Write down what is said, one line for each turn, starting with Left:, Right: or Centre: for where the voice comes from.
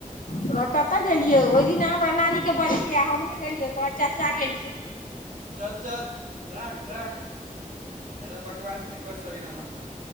Left: हम कतऽ गेलियै ओहि दिना हमरा नानीके बड़ हम नहि गेलियौ तो चाचा गेलखिन
Right: चल चल राख ख राख जदा बकवास नहि कर सना म त <unintelligible>